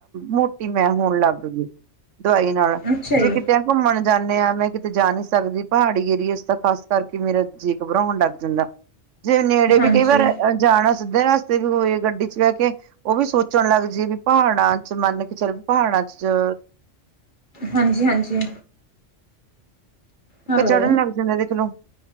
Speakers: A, on the right (about 75°); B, on the left (about 40°).
A: ਮੋਟੀ ਮੈਂ ਹੋਣ ਲੱਗ ਗਈ। ਦਵਾਈ ਨਾਲੋ
B: ਅੱਛਾ
A: ਜੇ
B: ਜੀ,
A: ਕਿਤੇ ਘੁੰਮਣ ਜਾਂਦੇ ਹਾਂ ਮੈਂ ਕਿਤੇ ਜਾ ਨਹੀਂ ਸਕਦੀ। ਪਹਾੜੀ ਏਰੀਏ ਦਾ ਖਾਸ ਕਰਕੇ ਮੇਰਾ ਜੀ ਘਬਰਾਉਣ ਲੱਗ ਜਾਂਦਾ ਜੇ ਨੇੜੇ
B: ਹਾਂਜੀ।
A: ਵੀ ਕਈ ਵਾਰ ਜਾਣਾ ਸਿੱਧੇ ਰਸਤੇ ਵੀ ਹੋਏ ਗੱਡੀ ਚ ਬਹਿ ਕੇ ਉਹ ਵੀ ਸੋਚਣ ਲੱਗ ਜਾਈਏ ਵੀ ਪਹਾੜਾਂ 'ਚ ਮੰਨ ਕੇ ਚੱਲ ਪਹਾੜਾਂ 'ਚੋ।
B: ਹਾਂਜੀ-ਹਾਂਜੀ। ਹੈਲੋ,
A: ਕੀ ਚੜਨ ਲੱਗ ਜਾਂਦੇ ਕਿਤਨਾ।